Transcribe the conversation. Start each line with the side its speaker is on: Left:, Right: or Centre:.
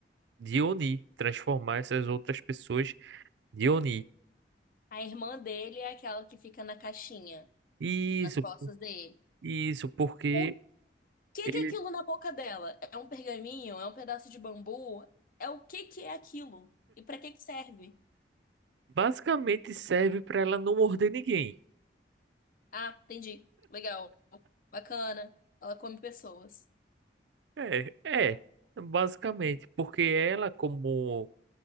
Right: de Oni, transformar essas outras pessoas de Oni.
Left: A irmã dele é aquela que fica na caixinha,
Right: Isso,
Left: nas costas dele.
Right: isso, porque
Left: O que
Right: ele
Left: que é aquilo na boca dela? É um pergaminho? É um pedaço de bambu? É o que que é aquilo? E pra que que serve?
Right: basicamente serve para ela não morder ninguém.
Left: Ah, entendi. Legal. Bacana. Ela come pessoas.
Right: É, é, basicamente, porque ela, como